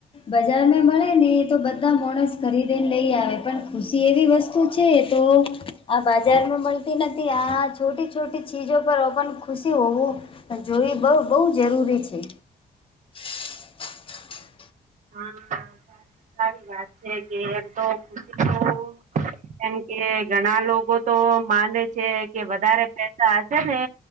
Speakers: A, on the left (about 35°); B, on the right (about 55°).
A: બજાર માં મળે ને તો બધા મોણસ ખરીદેને લઈ આવે, પણ ખુશી એવી વસ્તુ છે તો આ બજારમાં મળતી નથી આ છોટી છોટી ચીજો પર ઓપન ખુશી હોવું જોઈ બહુ બહુ જરૂરી છે. <inaudible>
B: હા સાચી તારી વાત છે કે એમ તો ખુશીતો કેમ કે ઘણા લોકો તો માને છે કે વધારે પૈસા હશે ને